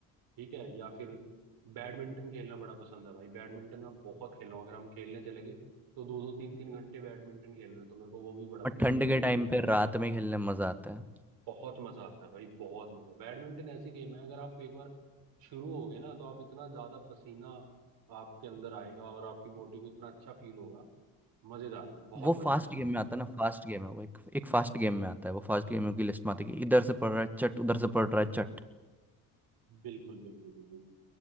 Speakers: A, on the right (about 75°); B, in the centre.
A: ठीक है या फिर बैडमिंटन खेलना बड़ा पसंद है भाई बैडमिंटन मैं बहुत खेला हूँ अगर हम खेलने चले गए तो दो दो तीन तीन घंटे बैडमिंटन खेल रहे हैं तो मेरे को वो भी बड़ा बढ़िया
B: और ये तो ठंड
A: लगता
B: के बहुत
A: है
B: टाइम पे अच्छी रात में खेलने में मजा आता है
A: बहुत मजा आता है भाई बहुत मजा बैडमिंटन ऐसी गेम है अगर आप एक बार शुरू हो गए ना तो आप इतना ज्यादा पसीना आपके अंदर आएगा और आपकी बॉडी को इतना अच्छा फील होगा मजेदार बहुत
B: वो
A: मजेदार
B: फास्ट
A: है
B: गेम में आता है ना फास्ट गेम है वो एक एक फास्ट गेम में आता है वो फास्ट गेम की लिस्ट में आता है कि इधर से पड़ रहा है चट उधर से पड़ रहा है चट
A: बिल्कुल बिल्कुल बिल्कुल